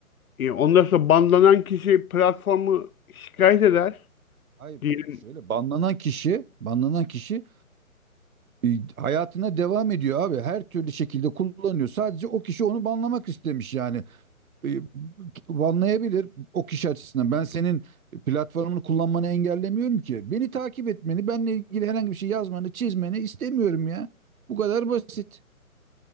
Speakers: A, on the left; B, on the right.
A: e, ondan sonra banlanan kişi platformu şikayet eder
B: Hayır.
A: diyelim.
B: Şöyle banlanan kişi, banlanan kişi e, hayatına devam ediyor abi. Her türlü şekilde kullanıyor. Sadece o kişi onu banlamak istemiş yani. e, banlayabilir o kişi açısından. Ben senin platformunu kullanmanı engellemiyorum ki. Beni takip etmeni, benle ilgili herhangi bir şey yazmanı, çizmeni istemiyorum ya. Bu kadar basit.